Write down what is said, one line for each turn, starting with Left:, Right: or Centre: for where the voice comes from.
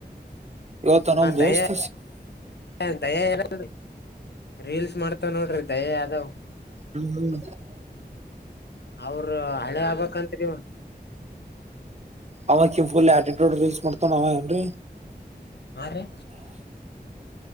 Right: ಇವತ್ತ ನಮ್ಮ ದೋಸ್ತ
Left: ದಯಾ <unintelligible> ರೀಲ್ಸ್ ಮಾಡ್ತಾನ ನೋಡ್ರಿ ರಿ ದಯಾ ಯಾದವ್
Right: ಹ್ಮ್
Left: ಅವ್ರ ಅಳೆಯ ಆಗಬೇಕ ಅಂತರಿ ಇವ
Right: ಅವ ಅಕಿ ಫುಲ್ ಆಟಿಟ್ಯೂಡ್ ರಿಲ್ಸ್ ಮಾಡ್ತನ ಅವ ಏನ್ರಿ
Left: ಹಾ ರೀ